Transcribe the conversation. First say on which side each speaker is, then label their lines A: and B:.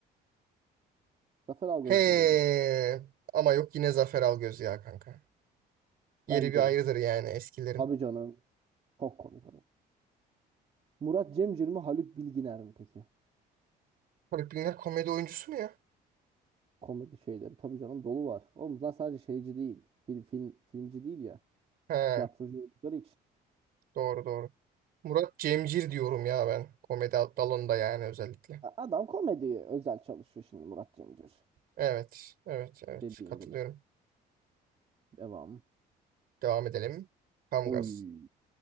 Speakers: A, on the right; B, on the right.
A: Zafer Algöz'dür
B: He.
A: benim için.
B: Ama yok yine Zafer Algöz ya kanka. Yeri
A: Bence
B: bir ayrıdır
A: de.
B: yani eskilerin.
A: Tabii canım. Çok komik adam. Murat Cemcir mi? Haluk Bilginer mi peki?
B: Haluk Bilginer komedi oyuncusu mu ya?
A: Komedi şeyleri. Tabii canım dolu var. Oğlum zaten sadece şeyci değil. Film, film, filmci değil ya.
B: He,
A: Tiyatrocu oldukları için.
B: doğru doğru. Murat Cemcir diyorum ya ben. Komedi dalında yani özellikle.
A: A- Adam komediye özel çalışıyor şimdi Murat Cemcir.
B: Evet, evet, evet.
A: Dediğin
B: Katılıyorum.
A: gibi. Devam.
B: Devam edelim. Kamgaz.
A: Oy.